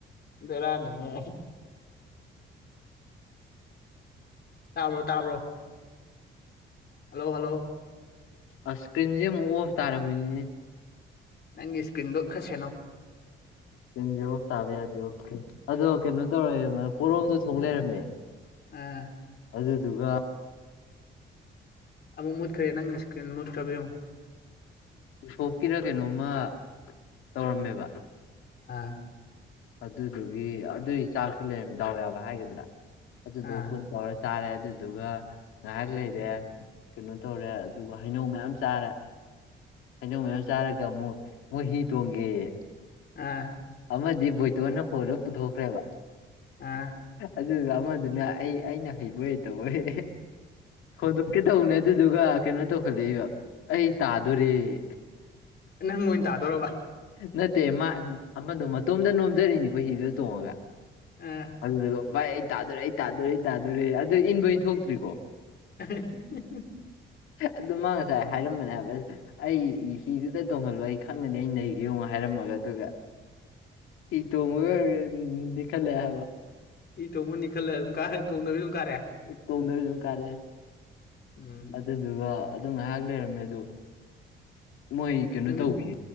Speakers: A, on the left (about 55°); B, on the left (about 90°).
A: ꯕꯦꯔꯥꯅꯤꯍꯦ꯫ ꯇꯥꯕ꯭ꯔꯣ ꯇꯥꯕ꯭ꯔꯣ꯫ Hello hello.
B: ꯑꯁ ꯏꯁ꯭ꯀ꯭ꯔꯤꯟꯁꯦ ꯑꯃꯨꯛ ꯑꯣꯐ ꯇꯥꯔꯝꯃꯤꯅꯤꯅꯦ꯫
A: ꯅꯪꯒꯤ ꯏꯁꯀ꯭ꯔꯤꯟꯗꯣ ꯈꯔ ꯁꯦꯟꯅꯧ꯫
B: ꯁꯀ꯭ꯔꯤꯟ ꯑꯣꯐ ꯇꯥꯕ ꯌꯥꯗꯦ ꯑꯣꯀꯦ ꯑꯗꯣ ꯀꯩꯅꯣ ꯇꯧꯔ ꯄꯣꯔꯣꯝꯗꯣ ꯊꯣꯡ ꯂꯩꯔꯝꯃꯦ꯫
A: ꯑꯥ꯫
B: ꯑꯗꯨꯗꯨꯒ꯫
A: ꯑꯃꯨꯛ ꯃꯨꯠꯈ꯭ꯔꯦ ꯅꯪ ꯏꯁꯀ꯭ꯔꯤꯟ ꯃꯨꯠꯈ꯭ꯔꯕꯌꯦꯡꯉꯨ꯫
B: ꯎꯁꯣꯞꯀꯤꯔ ꯀꯩꯅꯣꯝꯃ ꯇꯧꯔꯝꯃꯦꯕ꯫
A: ꯑꯥ꯫
B: ꯑꯗꯨꯗꯨꯒꯤ ꯑꯗꯨꯒꯤ ꯆꯥꯛꯇꯤ ꯂꯩꯔꯝꯃꯤ ꯗꯥꯎ ꯌꯥꯕ ꯍꯥꯏꯒꯗ꯭ꯔꯥ ꯑꯗꯨꯗꯨꯒ
A: ꯑꯥ
B: ꯄꯨꯟ ꯇꯧꯔ꯫ ꯆꯥꯔꯦ ꯑꯗꯨꯗꯨꯒ ꯉꯥꯏꯍꯥꯛ ꯂꯩꯔꯦ ꯀꯩꯅꯣ ꯇꯧꯔꯦ ꯑꯗꯨꯒ ꯍꯩꯅꯧ ꯃꯌꯥꯝ ꯆꯥꯔꯦ꯫ ꯍꯩꯅꯧ ꯃꯌꯥꯝ ꯆꯥꯔꯒ ꯑꯃꯨꯛ ꯃꯣꯏ ꯍꯤ ꯇꯣꯡꯒꯦꯌꯦ꯫
A: ꯑꯥ꯫
B: ꯑꯃꯗꯤ ꯕꯣꯏꯇꯣꯟꯅ ꯍꯣꯜꯂ ꯄꯨꯊꯣꯛꯈ꯭ꯔꯦꯕ꯫
A: ꯑꯥ꯫
B: ꯑꯗꯨꯒ ꯑꯃꯗꯨꯅ ꯑꯩ ꯑꯩꯅ ꯍꯩꯕꯣꯏ ꯍꯩꯇꯕꯣꯏ ꯐꯣꯟꯗꯣ꯫ ꯀꯩꯇꯧꯅꯦ ꯑꯗꯨꯗꯨꯒ ꯀꯩꯅꯣ ꯇꯧꯈꯠꯂꯛꯏꯕ ꯑꯩ ꯇꯥꯗꯣꯔꯦꯌꯦ꯫
A: ꯅꯪ ꯑꯣꯏꯅ ꯇꯥꯗꯣꯔꯕ꯫
B: ꯅꯠꯇꯦ ꯃꯥ ꯑꯃꯗꯣ ꯃꯇꯣꯝꯗ ꯅꯣꯝꯖꯔꯤꯅꯤꯀꯣ ꯍꯤꯗꯣ ꯇꯣꯡꯉꯒ꯫
A: ꯑꯥ꯫
B: ꯑꯗꯨꯗꯨꯒ ꯚꯥꯏ ꯑꯩ ꯇꯥꯗꯣꯔꯦ ꯑꯩ ꯇꯥꯗꯣꯔꯦ ꯑꯩ ꯇꯥꯗꯣꯔꯦ ꯑꯗꯨ ꯏꯟꯕ ꯏꯟꯊꯣꯛꯇ꯭ꯔꯤꯀꯣ꯫
A: <unintelligible>
B: ꯑꯗꯨ ꯃꯥ ꯉꯁꯥꯏ ꯍꯥꯏꯔꯝꯕꯅꯦ ꯍꯥꯏꯕ꯫ ꯑꯩ ꯍꯤꯗꯨꯗ ꯇꯣꯡꯍꯜꯂꯣ ꯑꯩ ꯈꯪꯒꯅꯤ ꯑꯩ ꯅꯩꯒꯦ ꯌꯦꯡꯉꯣ ꯍꯥꯏꯔꯝꯃꯒ ꯑꯗꯨꯒ꯫ ꯍꯤ ꯇꯣꯡꯉꯒ ꯅꯤꯛꯈꯠꯂꯛꯑꯦ ꯍꯥꯏꯕ꯫
A: ꯍꯤ ꯇꯣꯡꯉꯥ ꯅꯤꯛꯈꯠꯂꯛꯑꯦ ꯑꯗꯨꯝ ꯀꯔꯛꯑꯦ ꯑꯗꯨꯝ ꯇꯣꯡꯗꯕꯤ ꯑꯗꯨꯝ ꯀꯥꯔꯛꯑꯦ꯫
B: ꯇꯣꯡꯗꯕꯤ ꯑꯗꯨꯝ ꯀꯥꯔꯛꯑꯦ꯫
A: ꯎꯝ꯫
B: ꯑꯗꯨꯗꯨꯒ ꯑꯗꯨ ꯉꯥꯏꯍꯥꯛ ꯂꯩꯔꯝꯃꯦ ꯑꯗꯨ ꯃꯣꯏ ꯀꯩꯅꯣ
A: ꯅꯨꯃꯤꯠ
B: ꯇꯧꯈꯤ꯫